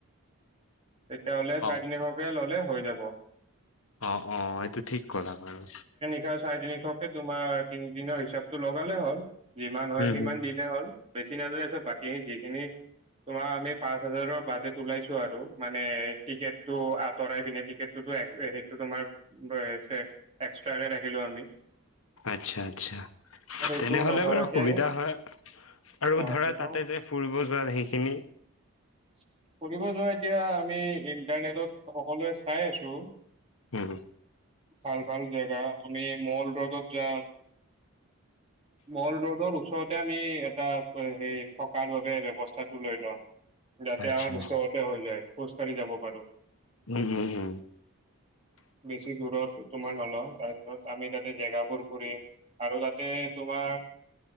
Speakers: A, on the right; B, on the left.
A: তেতিয়াহ'লে চাৰে
B: অ
A: তিনিশকে ললে হৈ যাব।
B: অঁ অঁ, এইটো ঠিক কলা বাৰু।
A: এতিয়া চাৰে তিনিশকে তোমাৰ তিনিদিনৰ হিচাপটো লগালে হ'ল, যিমান হয়
B: হুম
A: সিমান
B: হুম
A: বিল। হল। বেছি নাযায় পাছত বাকী যিখিনি তোমাৰ আমি পাঁচ হাজাৰৰ বাজেট ওলাইছো আৰু, মানে টিকেটো আঁতৰাই পিনে টিকেটোতো সেইটো তোমাৰ এক্স এক্সট্ৰাকে ৰাখিলো আমি।
B: আচ্ছা আচ্ছা
A: সেইটো
B: তেনেহ'লে
A: নধৰাকে
B: বাৰু সুবিধা হয়। আৰু
A: অ
B: ধৰা
A: সেইটো
B: তাতে যে ফুৰিব যোৱা সেইখিনি
A: <unintelligible> ফুৰিব যোৱা এতিয়া আমি ইণ্টাৰনেটত সকলোৱে চাই আছো।
B: হুম হুম।
A: ভাল ভাল জেগা আমি মল ৰোডত যাম। মল ৰোডৰ ওচৰতে আমি এটা সেই থকাৰ বাবে ব্যৱস্থাটো লৈ লম। যাতে
B: আচ্ছা
A: আমাৰ
B: আচ্ছা
A: ওচৰতে হৈ যায় খোজ কাঢ়ি যাব পাৰো।
B: উম উম হুম।
A: <inaudible> বেছি দূৰত তোমাৰ নলওঁ, তাৰপিছত আমি তাতে জেগাবোৰ ফুৰিম আৰু তাতে তোমাৰ